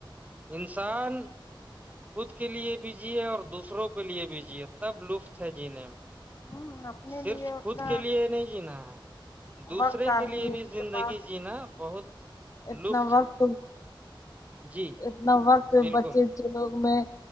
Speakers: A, on the right; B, on the left.
A: انسان خود کے لیئے بھیجئے اور دوسروں کے لیئے بھی جیئے تب لطف ہے جینے میں
B: ہوں اپنے لیے
A: صرف
B: اتنا
A: خود کے لیے نہیں جینا ہے دوسرے
B: وقت آدمی
A: کے لیے بھی زندگی
B: کے پاس
A: جینا بہت
B: اتنا
A: لطف
B: وقت
A: جی
B: اتنا وقت
A: بالکل
B: بچے چ لوگ میں